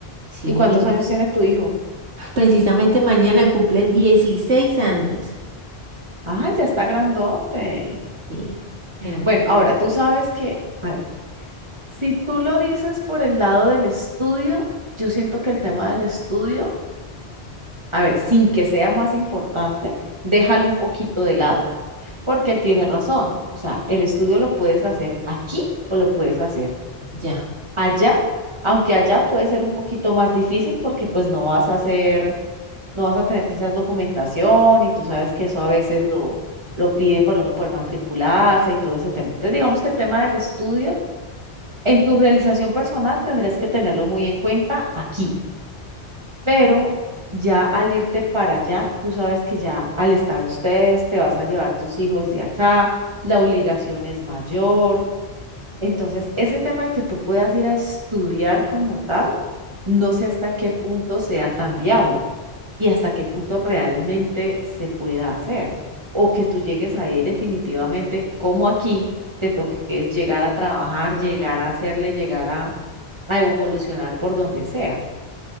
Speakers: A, on the right; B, on the right.
A: Sí.
B: ¿Y cuántos años tiene tu hijo?
A: Precisamente mañana cumple 16 años.
B: Ay, ya está grandote.
A: Sí, grande.
B: Bueno, ahora tú sabes que, a ver, si tú lo dices por el lado del estudio, yo siento que el tema del estudio, a ver, sin que sea más importante, déjalo un poquito de lado, porque él tiene razón. O sea, el estudio lo puedes hacer aquí o lo puedes hacer
A: Ya.
B: allá, aunque allá puede ser un poquito más difícil porque pues no vas a hacer no vas a tener quizás documentación y tú sabes que eso a veces lo, lo piden para uno poder matricularse y todo ese tema. Entonces, digamos que el tema del estudio en tu realización personal tendrías que tenerlo muy en cuenta aquí, pero ya al irte para allá, tú sabes que ya al estar ustedes te vas a llevar tus hijos de acá, la obligación es mayor. Entonces, ese tema de que tú puedas ir a estudiar como tal, no sé hasta qué punto sea tan viable y hasta qué punto realmente se pueda hacer. O que tú llegues ahí y definitivamente, como aquí, te toque es llegar a trabajar, llegar a hacerle, llegar a, a evolucionar por donde sea.